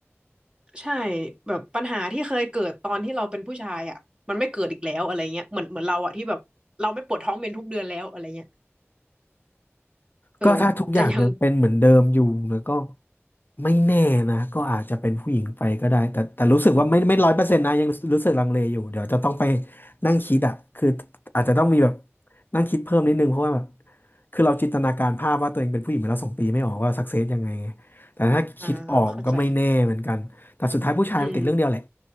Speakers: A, on the right; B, on the left.
A: ใช่แบบปัญหาที่เคยเกิดตอนที่เราเป็นผู้ชายอ่ะมันไม่เกิดอีกแล้วอะไรเงี้ยเหมือนเหมือนเราอ่ะที่แบบเราไม่ปวดท้องเป็นทุกเดือนแล้วอะไรเงี้ยเออ
B: ก็ถ้าทุกอย่างยังเป็นเหมือนเดิมอยู่แล้วก็
A: จะยัง
B: ไม่แน่นะก็อาจจะเป็นผู้หญิงไปก็ได้แต่แต่รู้สึกว่าไม่ไม่ร้อยเปอร์เซ็นต์นะยังรู้สึกลังเลอยู่เดี๋ยวจะต้องไปนั่งคิดอะคืออาจจะต้องมีแบบนั่งคิดเพิ่มนิดนึงเพราะว่าแบบคือเราจินตนาการภาพว่าตัวเองเป็นผู้หญิงมาแล้วสองปีไม่ออกว่าสักเซสยังไงแต่ถ้าคิดออกก็ไม่แน่เหมือนกันแต่สุดท้ายผู้ชายมันติดเรื่องเดียวแหละ
A: อ่าเข้าใจอืม